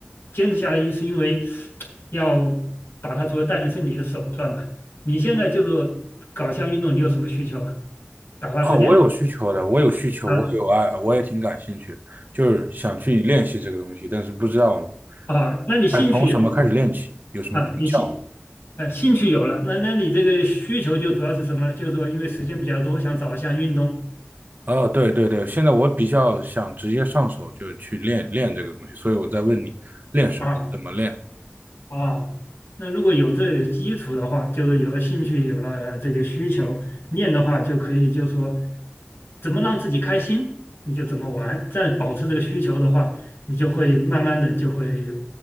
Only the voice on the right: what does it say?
哦，我有需求的，我有需求，
我有爱，我也挺感兴趣的，就是想去练习这个东西，但是不知道
哎从什么开始练起，有什么诀窍吗？
哦，对对对，现在我比较想直接上手就去练练这个东西，所以我在问你练什么，
怎么练？